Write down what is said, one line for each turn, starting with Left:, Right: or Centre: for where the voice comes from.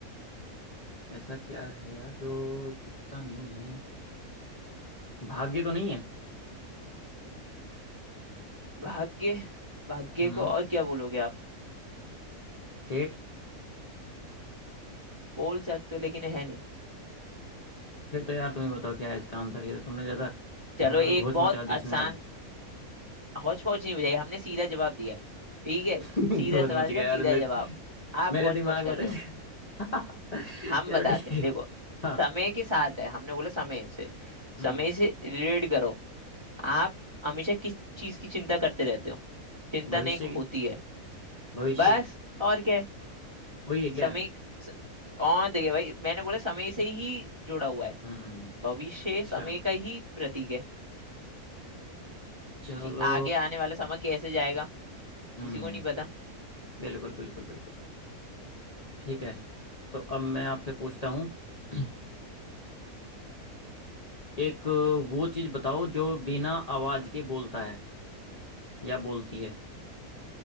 Left: ऐसा क्या है यार जो दिखता नहीं है भाग्य तो नहीं है
Right: भाग्य भाग्य
Left: हम्म
Right: को और क्या बोलोगे आप
Left: फेट
Right: बोल सकते हो लेकिन है नहीं
Left: फिर तो यार तुम ही बताओ क्या है इसका आंसर ये तो तुमने ज्यादा
Right: चलो
Left: अ,
Right: एक
Left: घोच
Right: बहुत
Left: मचा दी इसमें
Right: आसान
Left: अब
Right: हौच पौच नहीं बुझाई हमने सीधा जवाब दिया है ठीक है
Left: <laughs> सोच
Right: सीधा
Left: मच
Right: सवाल
Left: गया
Right: का
Left: यार
Right: सीधा
Left: मेरे
Right: जवाब आप
Left: मेरे
Right: हौच
Left: दिमाग
Right: पौच कर
Left: में तो
Right: रहे
Left: <laughs>
Right: हो हम
Left: चलो
Right: बताते
Left: ठीक
Right: हैं
Left: है
Right: देखो
Left: हाँ
Right: समय के साथ है हमने बोला समय से
Left: हम्म
Right: समय से रिलेट करो आप हमेशा किस चीज की चिंता करते रहते हो चिंता
Left: भविष्य
Right: नहीं
Left: की
Right: होती है
Left: भविष्य
Right: बस और क्या है
Left: वही है क्या
Right: समय स- और देखिए भाई मैंने बोला समय से ही जुड़ा हुआ है
Left: हम्म
Right: भविष्य
Left: अच्छा
Right: समय का ही प्रतीक है
Left: चलो
Right: कि आगे आने वाला समय कैसे जाएगा
Left: हम्म
Right: किसी को नहीं पता
Left: बिल्कुल बिल्कुल बिल्कुल ठीक है तो अब मैं आपसे पूछता हूँ <clears throat> एक वो चीज बताओ जो बिना आवाज के बोलता है या बोलती है